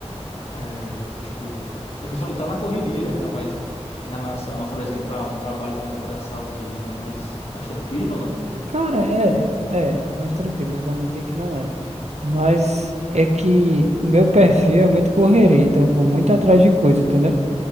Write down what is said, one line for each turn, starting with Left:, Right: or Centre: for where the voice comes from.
Left: É, tipo, é que você falou, tá na correria, né, e tal, mas em relação a, por exemplo, ah, um trabalho mais braçal ali, ele é mais, mais tranquilo, ou não?
Right: Cara, é, é, mas tranquilo, não vou mentir que não é. Mas é que o meu perfil é muito correria, então eu vou muito atrás de coisa, entendeu?